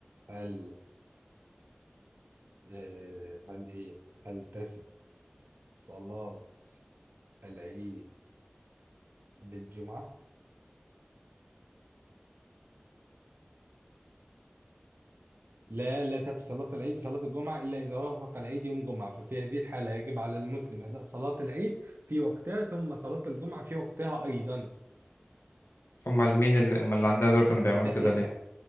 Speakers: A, on the right (about 65°); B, on the left (about 85°).
A: هل آه، هل ايه هل تفي صلاة العيد بالجمعة لا لا تفي صلاة العيد بصلاة الجمعة إلا إذا وافق العيد يوم جمعة ففي هذه الحالة يجب على المسلم أداء صلاة العيد في وقتها ثم صلاة الجمعة في وقتها أيضا
B: امال مين اللي امال اللي عندنا دول كانوا
A: يعني
B: بيعملوا
A: ده
B: كده
A: فسع
B: ليه